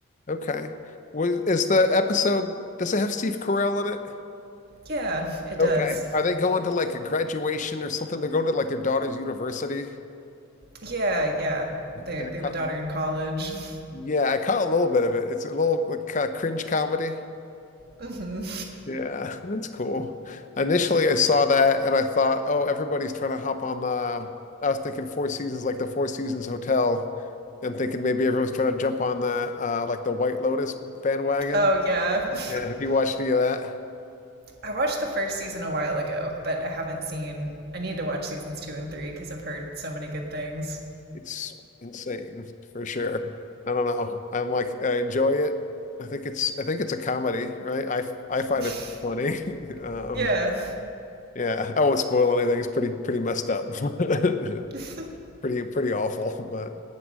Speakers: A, on the left; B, on the right.
A: Okay. Was is the episode does it have Steve Carell in it?
B: Yeah, it
A: Okay.
B: does.
A: Are they going to like a graduation or something? They're going to like their daughter's university.
B: Yeah, yeah.
A: Yeah,
B: They they
A: I caught,
B: have a daughter in college. <laughs>
A: yeah, I caught a little bit of it. It's a little like uh, cringe comedy.
B: Mhm.
A: Yeah, that's cool. Initially, I saw that and I thought, oh, everybody's trying to hop on the. I was thinking Four Seasons, like the Four Seasons Hotel, and thinking maybe everyone's trying to jump on that, uh, like the White Lotus bandwagon.
B: Oh yeah. <laughs>
A: Yeah, have you watched any of that?
B: I watched the first season a while ago, but I haven't seen I need to watch seasons 2 and 3 cuz I've heard so many good things.
A: It's insane for sure. I don't know. I'm like, I enjoy it. I think it's, I think it's a comedy, right? I, I find
B: <laughs>
A: it pretty funny. <laughs> Um,
B: yeah.
A: yeah, I won't spoil anything. It's pretty, pretty messed up. <laughs>
B: <laughs>
A: pretty pretty awful, <laughs> but